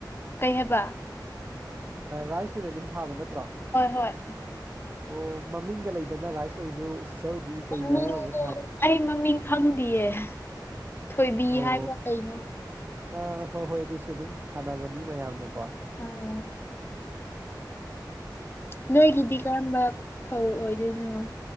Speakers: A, on the left (about 30°); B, on the right (about 25°).
A: ꯀꯩ ꯍꯥꯏꯕ
B: ꯔꯥꯏꯁ ꯑꯣꯏꯅ ꯑꯗꯨꯝ ꯊꯥꯕ ꯅꯠꯇ꯭ꯔꯣ
A: ꯍꯣꯏ ꯍꯣꯏ
B: ꯑꯣ ꯃꯃꯤꯡꯒ ꯂꯩꯗꯅ ꯔꯥꯏꯁ ꯑꯣꯏꯁꯨ ꯁꯤꯁꯇꯔ ꯍꯣꯏꯗꯤ ꯀꯩꯅ
A: ꯃꯤꯡ
B: ꯑꯌꯥꯝꯕ ꯊꯥꯒꯦ
A: ꯑꯩ ꯃꯃꯤꯡ ꯈꯪꯗꯤꯌꯦ ꯊꯣꯏꯕꯤ
B: ꯑꯣ
A: ꯍꯥꯏꯕ꯭ꯔꯥ ꯀꯩꯅꯣ
B: ꯑ ꯍꯣꯏ ꯍꯣꯏ ꯑꯗꯨꯁꯨ ꯑꯗꯨꯝ ꯊꯥꯅꯕꯅꯤ ꯃ ꯌꯥꯗꯀꯣ
A: ꯑꯥ ꯅꯣꯏꯒꯤꯗꯤ ꯀꯔꯝꯕ ꯐꯧ ꯑꯣꯏꯗꯣꯏꯅꯣ